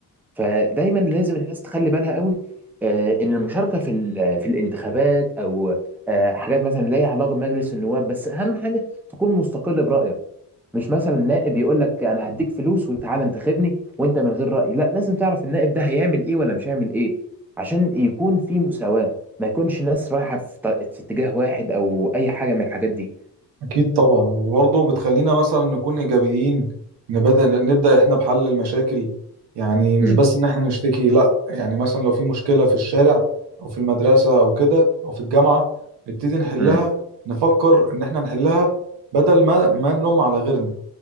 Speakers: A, in the centre; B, on the right.
A: فدايما لازم الناس تخلي بالها قوي آه، ان المشاركه في ال- في الانتخابات او آه، حاجات مثلا لا ليها علاقه بمجلس النواب بس اهم حاجه تكون مستقل برايك مش مثلا نائب يقول لك انا هديك فلوس وتعالى انتخبني وانت من غير رأي لا لازم تعرف النائب ده هيعمل ايه ولا مش هيعمل ايه عشان يكون في مساواة ما يكونش ناس رايحة في, ط- في اتجاه واحد او اي حاجة من الحاجات دي
B: أكيد طبعا وبرضه بتخلينا مثلا نكون إيجابيين نبدأ نبدأ إحنا بحل المشاكل يعني مش
A: امم
B: بس إن إحنا نشتكي لأ يعني مثلا لو في مشكلة في الشارع أو في المدرسة أو كده أو في الجامعة نبتدي نحلها
A: امم
B: نفكر إن إحنا نحلها بدل ما ما نلوم على غيرنا